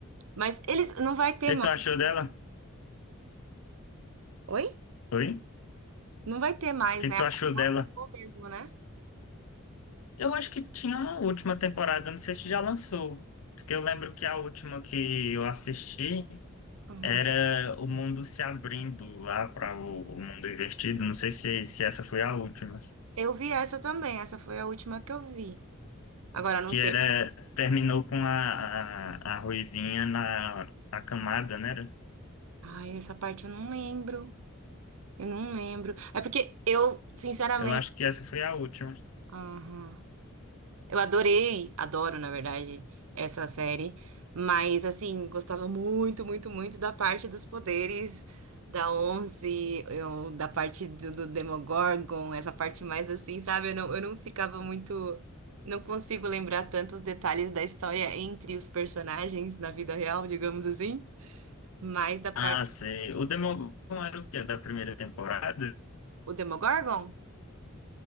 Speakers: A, on the right; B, on the left.
A: Mas eles não vai ter
B: que
A: mais.
B: que tu achou dela?
A: Oi?
B: Oi?
A: Não vai ter mais,
B: O que
A: né?
B: que tu
A: Acabou,
B: achou dela?
A: acabou mesmo, né?
B: Eu acho que tinha uma última temporada, não sei se já lançou, porque eu lembro que a última que eu assisti
A: Uhum.
B: era o mundo se abrindo lá para o, o mundo invertido, não sei se, se essa foi a última.
A: Eu vi essa também. Essa foi a última que eu vi. Agora, não
B: que
A: sei.
B: era terminou com a, a, a Ruivinha na a camada, né?
A: Ai, essa parte eu não lembro. Eu não lembro. É porque eu, sinceramente.
B: Eu acho que essa foi a última.
A: Aham. Eu adorei, adoro, na verdade, essa série, mas assim, gostava muito, muito, muito da parte dos poderes da Onze, eu- da parte do, do Demogorgon, essa parte mais assim, sabe? Eu não, eu não ficava muito. Não consigo lembrar tantos detalhes da história entre os personagens na vida real, digamos assim, mas da parte.
B: Ah, sei. O Demogorgon era o quê? Da primeira temporada?
A: O Demogorgon?